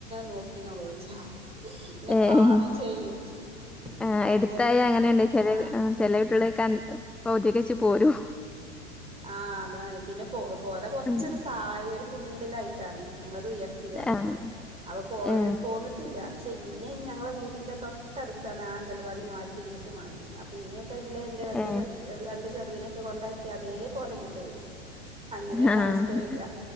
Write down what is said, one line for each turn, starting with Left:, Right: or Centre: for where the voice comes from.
Right: നോക്കന്നോളൂ ഒളിച്ച എന്നെ
Centre: ഏ ഏ
Right: കാണും ചെയ്യും-
Centre: ആ
Right: അങ്ങനെയാണ്
Centre: എടുത്തായ അങ്ങനെണ്ട് ചെ
Right: ആഹ്
Centre: ചെല കുട്ടിൾ ക <unintelligible> പൗതിക്കെ വെച്ച് പോര്-
Right: ആഹ് അതാണ് പിന്നെ പൊ പൊര കൊറച്ചൊരു
Centre: ഉം
Right: തായ ഒരു കുണ്ടിലായിട്ടാണ് ഞങ്ങൾ - ഇത് ഉയർത്തിലുആയിട്ടാണ്
Centre: ആഹ്
Right: അവ പോര
Centre: ഏ
Right: പോന്നിട്ടില്ല- പക്ഷേ ഇങ്ങ ഞങ്ങളെ വീടിൻ്റെ തൊട്ടടുത്താണ് ആ അംഗനവാടി മാറ്റി ഇങ്ങിട്ട് മാറ്റി അപ്പം ഇനി- കല്ല് എന്റെ രണ്ട്
Centre: ഏ
Right: രണ്ടു ചെറുതനയൊക്കെ കൊണ്ടാക്കി അതേ പോലെ ഇങ്ങോട്ട് വരും- അങ്ങനെയാണ്
Centre: ആഹ്
Right: അവസ്ഥ വരിക